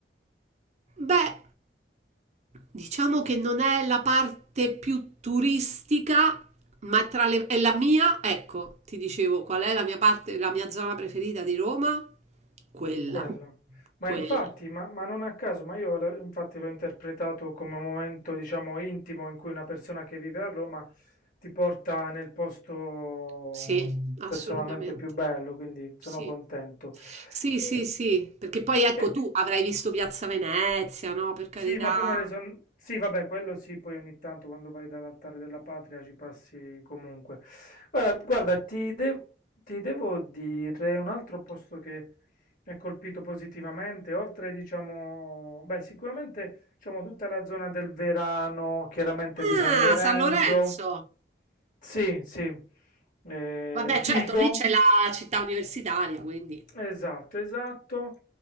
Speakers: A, on the right; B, on the left.
A: Beh, diciamo che non è la parte più turistica, ma tra le... è la mia, ecco, ti dicevo qual è la mia parte, la mia zona preferita di Roma? Quella,
B: Quella. Ma
A: quella.
B: infatti, ma, ma non a caso, ma io l- infatti l'ho interpretato come un momento, diciamo, intimo in cui una persona che vive a Roma ti porta nel posto
A: Sì, assolutamente.
B: personalmente più bello, quindi sono
A: Sì.
B: contento.
A: Sì, sì,
B: E,
A: sì, perché poi ecco
B: e
A: tu avrai visto Piazza Venezia, no? Per carità.
B: Sì, ma poi me le son... Sì, vabbè, quello sì, poi ogni tanto quando vai dall'altare della patria ci passi comunque. Guarda, guarda, ti, de- ti devo dire un altro posto che mi ha colpito positivamente, oltre, diciamo, beh, sicuramente, diciamo, tutta la zona del Verano, chiaramente
A: Ah,
B: di San Lorenzo.
A: San Lorenzo.
B: Sì, sì, Eh,
A: Vabbè,
B: Fico.
A: certo, lì c'è la città universitaria, quindi.
B: Esatto, esatto.